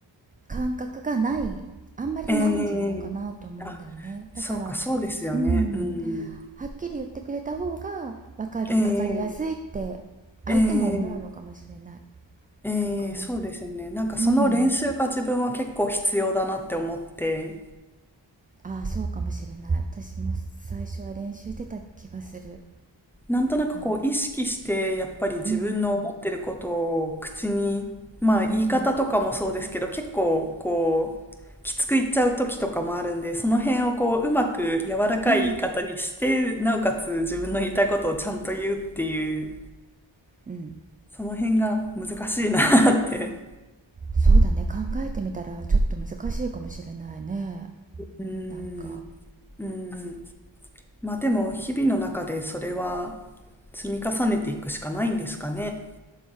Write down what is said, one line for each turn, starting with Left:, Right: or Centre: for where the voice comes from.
Right: 感覚がないあんまりないんじゃないかなと思うんだよねだから
Centre: ええあ、そうか、そうですよね。
Right: うん
Centre: うん、
Right: はっきり言ってくれた方が分かる分かりやすいって相手も思うのかもしれない
Centre: ええええええ、
Right: だから
Centre: そうですよね。なんかその練習が自分は結構必要だなって思って、
Right: うんああそうかもしれない私も最初は練習してた気がする
Centre: なんとなくこう意識してやっぱり自分の思ってることを口に、
Right: なうん
Centre: まあ言い方とかもそうですけど、
Right: うん
Centre: 結構こうきつく言っちゃう時とかもあるんで、その辺をこううまく柔らかい言い方にして、
Right: うん
Centre: なおかつ自分の言いたいことをちゃんと言うっていう、
Right: うんうん
Centre: その辺が難しいなって。
Right: そうだね考えてみたらちょっと難しいかもしれないね
Centre: うー
Right: なんか、
Centre: ん。うーん。まあでも日々の中でそれは積み重ねていくしかないんですかね。